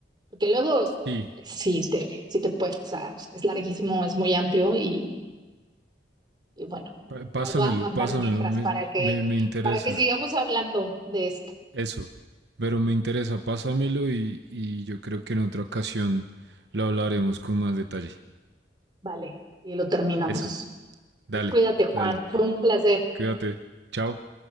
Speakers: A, on the right; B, on the right.
A: Porque luego,
B: Sí,
A: eh, sí te, sí te puedes, o sea, es larguísimo, es muy amplio y, y bueno,
B: pa- pásamelo,
A: te las voy a mandar
B: pásamelo,
A: mientras
B: me,
A: para que,
B: me- me interesa
A: para que sigamos hablando de esto.
B: eso, pero me interesa, pásamelo y, y yo creo que en otra ocasión lo hablaremos con más detalle.
A: Vale, y lo terminamos.
B: Eso. Dale,
A: Pues cuídate, Juan,
B: dale.
A: fue un placer.
B: Cuídate. Chao.